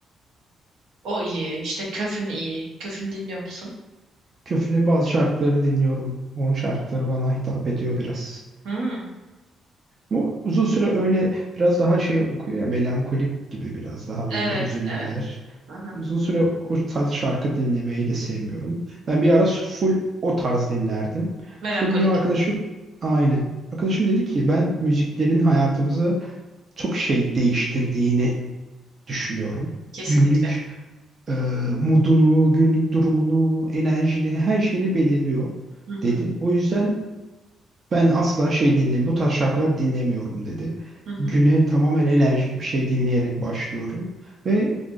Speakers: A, on the right; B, on the right.
A: O iyi. İşte Köfün iyi. Köfün dinliyor musun?
B: Köflü'nün bazı şarkılarını dinliyorum. Onun şarkıları bana hitap ediyor biraz.
A: Hmm.
B: Ama uzun süre öyle biraz daha şey okuyor ya melankolik gibi biraz daha böyle
A: Evet,
B: hüzünlüler.
A: evet. Aha.
B: Uzun süre o tarz şarkı dinlemeyi de sevmiyorum. Ben bir ara full o tarz dinlerdim.
A: Melankolik.
B: Sonra bir gün arkadaşım aynen. Arkadaşım
A: Hı hı.
B: dedi ki ben müziklerin hayatımızı çok şey değiştirdiğini düşünüyorum.
A: Kesinlikle.
B: Günlük e, modunu, günlük durumunu, enerjini, her şeyini belirliyor
A: Hı
B: dedi.
A: hı.
B: O yüzden ben asla şey dinlemiyorum. Bu tarz şarkılar dinlemiyorum dedi.
A: Hı
B: Güne
A: hı.
B: tamamen enerjik bir şey dinleyerek başlıyorum. Ve